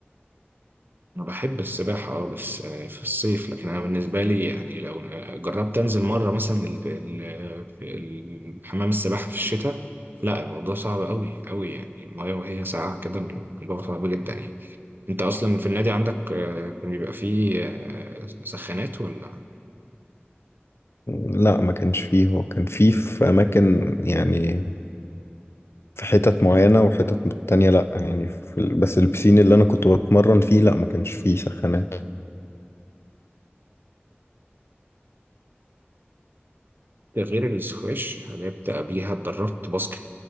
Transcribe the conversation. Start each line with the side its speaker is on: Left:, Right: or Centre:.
Right: انا بحب السباحة اه بس آه، في الصيف لكن انا بالنسبة لي يعني لو جربت انزل مرة مثلا ال- ال- ال- حمام السباحة في الشتاء لا الموضوع صعب اوي اوي يعني المايه وهي ساقعة كده الموضوع صعب جدا يعني انت اصلا في النادي عندك آه، كان بيبقى فيه آه، سخانات ولا
Left: لا ما كانش فيه هو كان فيه في أماكن يعني في حتت معينة وحتت تانية لا يعني في ال... بس البسين اللي أنا كنت بتمرن فيه لا ما كانش فيه سخانات
Right: ده غير السكواش انا كنت قبليها اتدربت باسكت